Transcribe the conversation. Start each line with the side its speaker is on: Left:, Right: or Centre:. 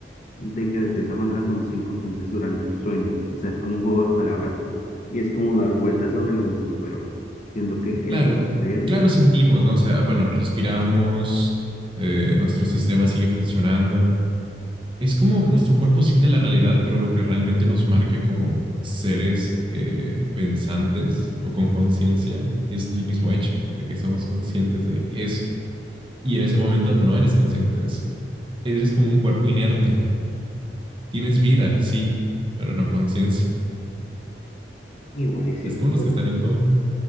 Left: de que de cierta manera somos inconscientes durante el sueño. O sea, es como un juego de palabras y es como dar vueltas sobre lo mismo, pero siento que el
Right: Claro,
Left: poder
Right: claro sentimos, ¿no? O sea, bueno, respiramos, eh, nuestro sistema sigue funcionando es como nuestro cuerpo siente la realidad, pero lo que realmente nos marca como seres eh, pensantes o con conciencia es el mismo hecho de que somos conscientes de eso. Y en ese momento no eres consciente de eso. Eres como un cuerpo inerte. Tienes vida, sí, pero no conciencia.
Left: igual y siento.
Right: Es como los que están en coma.